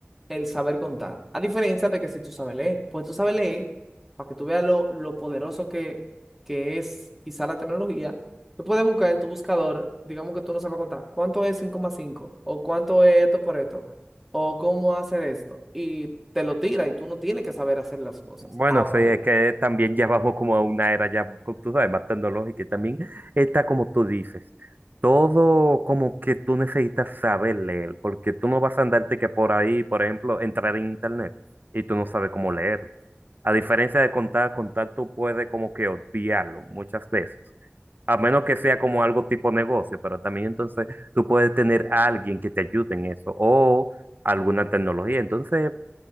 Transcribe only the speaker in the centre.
el saber contar. A diferencia de que si tú sabes leer, pues tú sabes leer, para que tú veas lo, lo poderoso que, que es quizá la tecnología, tú puedes buscar en tu buscador, digamos que tú no sabes contar, ¿cuánto es cinco más cinco ¿O cuánto es esto por esto? ¿O cómo hacer esto? Y te lo tira y tú no tienes que saber hacer las cosas.
Ahora
bien.